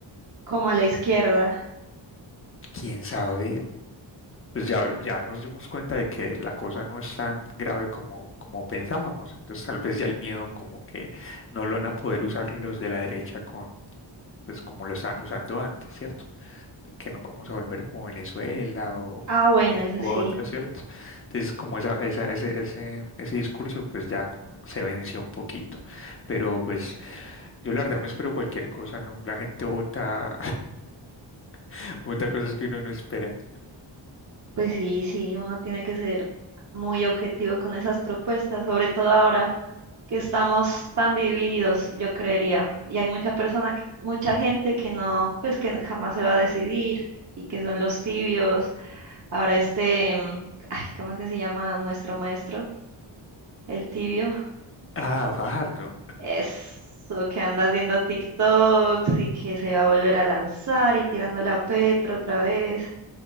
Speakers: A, on the right (about 40°); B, on the left (about 30°).
A: como a la izquierda.
B: quién sabe, pues ya, ya nos dimos cuenta de que la cosa no es tan grave como, como pensábamos. Entonces tal vez ya el miedo como que no lo van a poder usar los de la derecha con, pues como lo estaban usando antes, ¿cierto? Que nos vamos a volver como Venezuela o
A: Ah, bueno,
B: esto
A: eso
B: u
A: sí,
B: otro, ¿cierto? Entonces como esa, esa, ese, ese, ese discurso pues ya como se venció un poquito. Pero pues yo la verdad me espero cualquier cosa, ¿no? La gente vota, <laughs> vota cosas que uno no espera.
A: pues sí, sí, uno tiene que ser muy objetivo con esas propuestas, sobre todo ahora que estamos tan divididos, yo creería. Y hay mucha persona, que- mucha gente que no, pues que no- jamás se va a decidir y que son los tibios. Ahora este, mm, ay, ¿cómo es que se llama nuestro maestro? El tibio.
B: Ah, Fajardo.
A: Eso, que anda haciendo TikToks y que se va a volver a lanzar y tirándole a Petro otra vez.